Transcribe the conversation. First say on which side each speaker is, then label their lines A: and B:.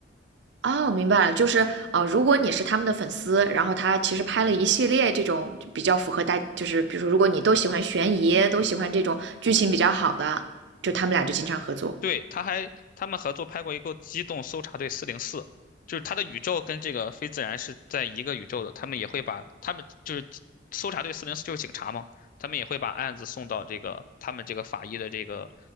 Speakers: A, on the right (about 65°); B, on the left (about 45°).
A: 哦，明白了，就是啊，如果你是他们的粉丝，然后他其实拍了一系列这种就比较符合大，就是比如说，如果你都喜欢悬疑，都喜欢这种剧情比较好的，就他们俩就经常合作，
B: 对，他还他们合作拍过一个《机动搜查队四零四》，就是他的宇宙跟这个非自然是在一个宇宙的，他们也会把他们就是搜查队四零四就是警察嘛，他们也会把案子送到这个他们这个法医的这个